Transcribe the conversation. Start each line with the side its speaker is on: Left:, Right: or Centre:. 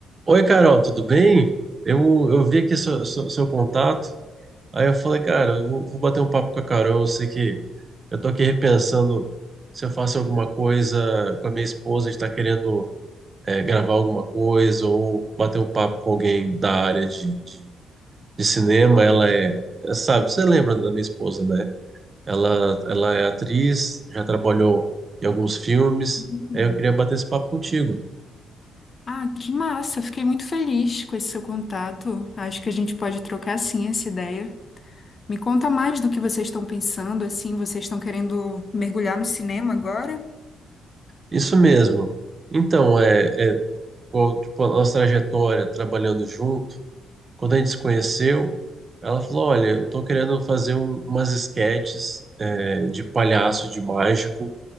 Right: Oi, Carol, tudo bem? Eu, eu vi aqui seu, seu, seu contato, aí eu falei, cara, eu vou vou bater um papo com a Carol, eu sei que eu tô aqui repensando se eu faço alguma coisa com a minha esposa, a gente tá querendo é, gravar alguma coisa ou bater um papo com alguém da área de, de, de cinema, ela é, é, sabe, você lembra da minha esposa, né? Ela, ela é atriz, já trabalhou em alguns filmes,
Left: Hum.
Right: aí eu queria bater esse papo contigo.
Left: Ah, que massa! Fiquei muito feliz com esse seu contato. Acho que a gente pode trocar sim essa ideia. Me conta mais do que vocês estão pensando, assim, vocês estão querendo mergulhar no cinema agora?
Right: Isso mesmo. Então, é, é, igual, tipo, a nossa trajetória trabalhando junto, quando a gente se conheceu, ela falou: Olha, eu tô querendo fazer um- umas esquetes é, de palhaço, de mágico.